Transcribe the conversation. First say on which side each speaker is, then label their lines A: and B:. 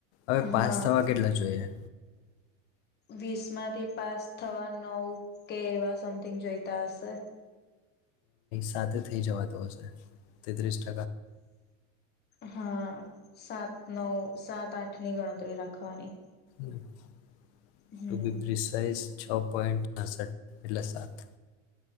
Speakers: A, on the left (about 60°); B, on the left (about 25°).
A: હવે
B: હા
A: પાસ થવા કેટલા જોઈએ
B: વીસ માંથી પાસ થવા નવ કે એવા સમથિંગ જોઈતા હશે
A: સાથે થઈ જવાતો હશે તે દ્રષ્ટ
B: હા સાત નવ સાત આઠ ની ગણતરી રાખવાની
A: <inaudible> <unintelligible>
B: હમ
A: છ પોઈન્ટ થશે એટલે સાત